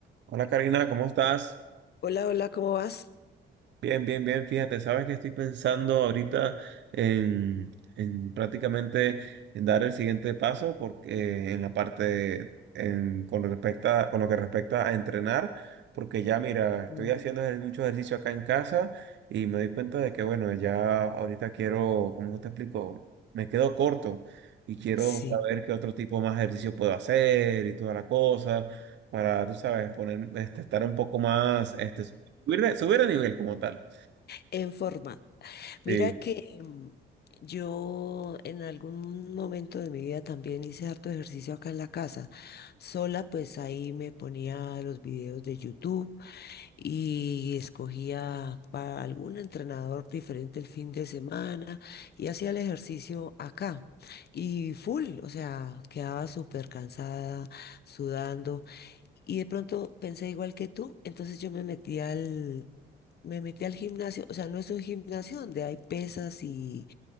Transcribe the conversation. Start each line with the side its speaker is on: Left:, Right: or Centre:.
Right: Hola Karina, ¿cómo estás?
Left: Hola, hola, ¿cómo vas?
Right: Bien, bien, bien, fíjate, sabes que estoy pensando ahorita en, en prácticamente en dar el siguiente paso porque en la parte en, con respecto a- con lo que respecta a entrenar, porque ya mira, estoy
Left: Sí.
Right: haciendo ejer- mucho ejercicio acá en casa y me doy cuenta de que bueno, ya ahorita quiero, como te explico? Me quedo corto y quiero
Left: Sí,
Right: saber qué otro tipo más de ejercicio puedo hacer y toda la cosa para, tú sabes, poner, este, estar un poco más este, Subir de, subir de nivel como tal.
Left: en forma. Mira
Right: Sí.
Left: que mm, yo en algún momento de mi vida también hice harto ejercicio acá en la casa. Sola, pues ahí me ponía los videos de YouTube y escogía para algún entrenador diferente el fin de semana y hacía el ejercicio acá. Y full, o sea, quedaba súper cansada, sudando. Y de pronto pensé igual que tú, entonces yo me metí al, me metí al gimnasio, o sea, no es un gimnasio donde hay pesas y